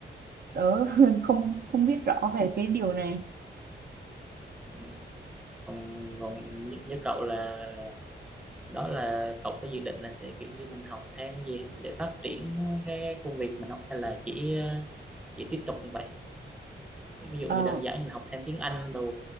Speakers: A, on the right; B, in the centre.
A: Tớ <laughs> không không biết rõ về cái điều này.
B: Ừ. còn còn như, như cậu là đó là cậu có dự định là sẽ kiểu như mình học thêm cái gì không để phát triển cái công việc mình học hay là chỉ chỉ tiếp tục như vậy ví dụ
A: ờ
B: như đơn giản như học thêm tiếng Anh đồ